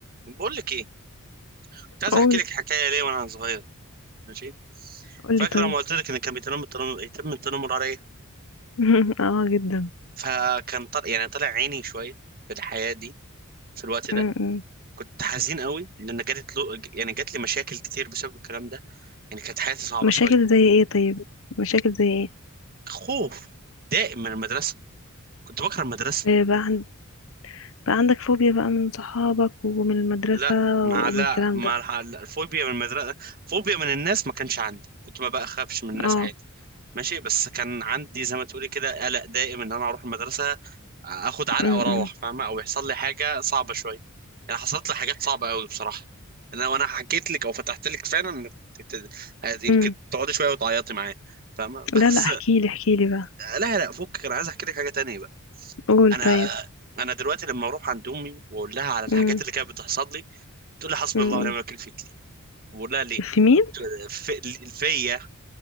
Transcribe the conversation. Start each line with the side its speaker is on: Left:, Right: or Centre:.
Right: بقول لك ايه كنت عايز
Left: قول
Right: احكي لك حكايه ليه وانا صغير ماشي
Left: قول
Right: فاكر
Left: لي طيب
Right: لما قلت لك ان كان بيتنمر التنمر يتم التنمر عليا
Left: <laughs> اه جدا
Right: فكان طلع يعني طلع عيني شويه في الحياه دي في الوقت ده
Left: م-م.
Right: كنت حزين قوي لان جات له يعني جات لي مشاكل كتير بسبب الكلام ده يعني كانت حياتي صعبه
Left: مشاكل
Right: شويه
Left: زي ايه طيب مشاكل زي ايه
Right: خوف دائم من المدرسه كنت بكره المدرسه
Left: آه، بقى, عند... بقى عندك فوبيا بقى من صحابك ومن المدرسة
Right: لا مع
Left: ومن
Right: لا
Left: الكلام
Right: مع
Left: ده
Right: الح- الفوبيا من المدرسة فوبيا من الناس ما كانش عندي كنت ما بخافش من الناس
Left: اه
Right: عادي ماشي بس كان عندي زي ما تقولي كده قلق دائم ان انا اروح المدرسة اخد علقة
Left: م-م.
Right: واروح فاهمة او يحصل لي حاجة صعبة شوية يعني حصلت لي حاجات صعبة قوي بصراحة انا وانا حكيت لك او فتحت لك فعلا ت- ت- يمكن
Left: م.
Right: تقعدي شوية وتعيطي معايا فاهمة <laughs> بس
Left: لا لا احكي لي احكي لي بقى
Right: لا لا فكك انا عايز احكي لك حاجة تانية بقى
Left: قول
Right: انا
Left: طيب
Right: انا دلوقتي لما اروح عند امي واقول لها على الحاجات
Left: م.
Right: اللي كانت بتحصل لي تقول لي حسبي
Left: م-م.
Right: الله ونعم الوكيل فيك بقول لها ليه
Left: في مين
Right: بت- في- فيا